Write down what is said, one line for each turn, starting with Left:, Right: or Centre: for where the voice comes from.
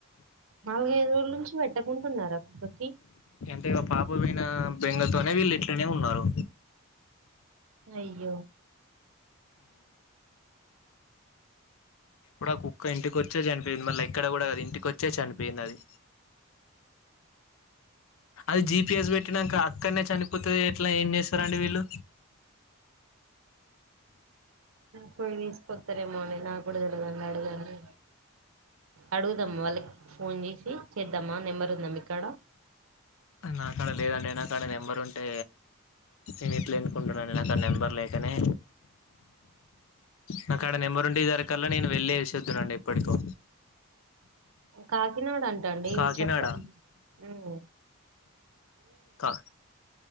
Right: నాలుగైదు రోజుల నుంచి పెట్టకుండున్నారా కుక్కకి
Left: అంటే ఇగ పాపపోయిన బెంగతోనే వీళ్ళు ఇట్లనే ఉన్నారు
Right: అయ్యో
Left: అప్పుడు ఆ కుక్క ఇంటికి వచ్చే చనిపోయింది మళ్ళీ ఎక్కడ కూడా కది ఇంటికి వచ్చే చనిపోయింది అది అది జిపి ఎస్ పెట్టినంక క్కనే చనిపోతది ఎట్లా ఏం చేస్తారండి వీళ్ళు
Right: పోయి తీసుకొస్తారేమో అండి నా కూడా తెలువదు అండి అడగండి అడుగుదామ్ వాళ్ళకి ఫోన్ చేసి చేద్దామ్మా నెంబర్ ఉందా మీ కాడ
Left: నా కాడ లేదండి నాకడ నెంబరు ఉంటే నేను ఇట్ల ఎందుకు ఉంటీనండి నాకదా నెంబర్ లేకనే నాకు కాడ నెంబరుంటె ఇడువారుకల్ల నేను వెళ్ళేషోద్దునండి ఏప్పటికో
Right: కాకినాడ అంట అండి
Left: కాకినాడ
Right: చెప్ప మ్
Left: క